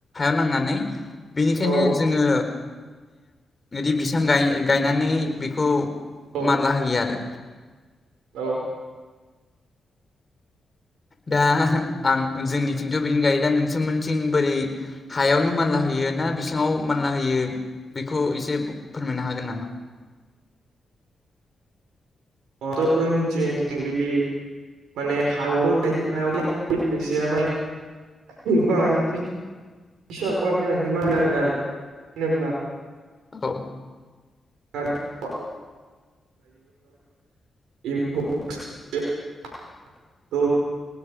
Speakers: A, on the left; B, on the right.
A: नायनानै बिनिखायनो
B: औ
A: जोङो बिदि बैसां गायनानै बेखौ
B: औ
A: मानला होयो आरो
B: औ
A: दा आं जोंनिथिंथ' बिदिनो गायो दा नोंसोरमोनथिं बोरै हायावनो मानला होयो ना बैसांआव मानला होयो बेखौ एसे फोरमायनो हागोन नामा
B: जोंनिथिं' बिदि माने हायाव हायाव <unintelligible> गोबाङानो बेसेबां होननानै मानो आरोना होनोब्ला <unintelligible>
A: औ
B: <unintelligible> एम्फौ <unintelligible> <unintelligible> थ'